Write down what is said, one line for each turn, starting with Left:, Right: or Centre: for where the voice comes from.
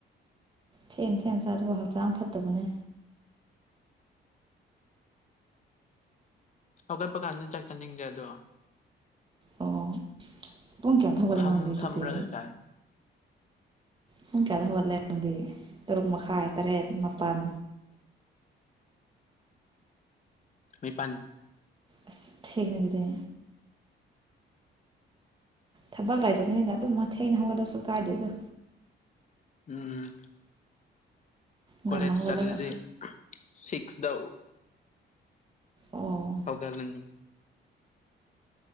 Right: ꯊꯦꯡ ꯊꯦꯡ ꯆꯥꯖꯕ ꯍꯛꯆꯥꯡ ꯐꯠꯇꯕꯅꯦ
Left: ꯍꯧꯒꯠꯄ ꯀꯥꯟꯗ ꯆꯥꯛ ꯆꯅꯤꯡꯗꯦ ꯑꯗꯣ
Right: ꯑꯣ ꯄꯨꯡ ꯀꯌꯥꯗ ꯍꯧꯒꯠꯂꯦ
Left: ꯐꯝ
Right: ꯅꯪꯗꯤ ꯑꯗꯨꯨꯗꯤ
Left: ꯐꯝꯔꯒ ꯆꯥꯏ
Right: ꯄꯨꯡ ꯀꯌꯥꯗ ꯍꯧꯒꯠꯂꯦ ꯅꯪꯗꯤ ꯇꯔꯨꯛ ꯃꯈꯥꯏ ꯇꯔꯦꯠ ꯃꯥꯄꯜ
Left: ꯅꯤꯄꯥꯥꯜ
Right: ꯑ ꯊꯦꯡꯉꯦ ꯑꯗꯨꯗꯤ ꯊꯕꯛ ꯂꯩꯇꯕꯅꯤꯅ ꯑꯗꯨꯝ ꯃꯊꯦꯡꯅ ꯍꯧꯒꯠꯂꯁꯨ ꯀꯥꯏꯗꯦꯗ
Left: ꯎꯝ
Right: ꯉꯟꯅ
Left: ꯀꯣꯂꯦꯖ
Right: ꯍꯧꯒꯠꯂꯒ
Left: ꯆꯠꯂꯗꯤ ꯁꯤꯛꯁ ꯌꯥꯎ
Right: ꯑꯣ
Left: ꯍꯧꯒꯠꯂꯅꯤ